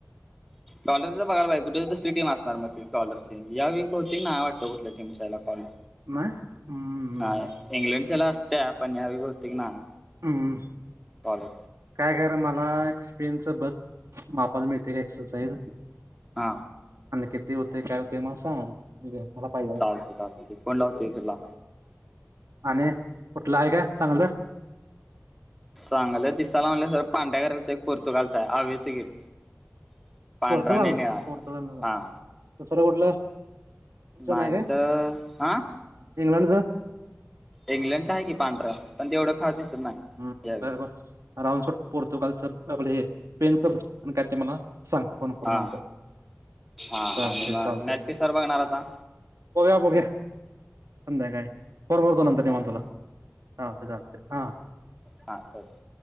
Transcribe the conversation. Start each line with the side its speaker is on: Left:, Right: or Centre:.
Centre: कॉलरचा बघायला पाहिजे कुठेच दिस टीम असणार मग ती कॉलर टीम या वेळी बहुतेक नाय वाटतं कुठ टीमच्या ह्याला कॉलर
Right: नाही हम्म
Centre: नाही इंग्लंडच्याला असत्या पण ह्यावेळी बहुतेक नाही.
Right: हम्म
Centre: कॉलर
Right: काय काय कर मला एक एक्स्प्रिंग च बघ मापाला मिळते का एक्सल साइज.
Centre: हा
Right: किती होतेय काय होते मग सांग. मला पाहिजे
Centre: चालतय चालतय फोन लावतो की तुला.
Right: आणि कुठलं आहे काय चांगलं
Centre: चांगलं दिसायला म्हटलं तर पांढऱ्या कलरच एक पोर्तुगालचा आहे. <unintelligible> पांढरा
Right: पोर्तुगाल
Centre: आणि निळा
Right: पोर्तुगाल नको.
Centre: हा.
Right: दुसरं कुठलं?
Centre: नाय
Right: नाही काय
Centre: तर हा
Right: इंग्लंडचं.
Centre: इंग्लंडच आहे की पांढरा पण तेवढं खास दिसत नाही
Right: हम्म
Centre: यावेळी
Right: बर बर राहूदे सोड पोर्तुगालच आपलं हे स्पेनच काय ते मला सांग फोन करून
Centre: हा
Right: नंतर.
Centre: हा
Right: चालते
Centre: आणि मग
Right: चालते,
Centre: मॅच कशावर बघणार आता
Right: बघूया बघुया. संध्याकाळी फोन करतो नंतर निवांत
Centre: चालते
Right: तुला हां चालतंय चालतंय हा.
Centre: हा ठेवतो.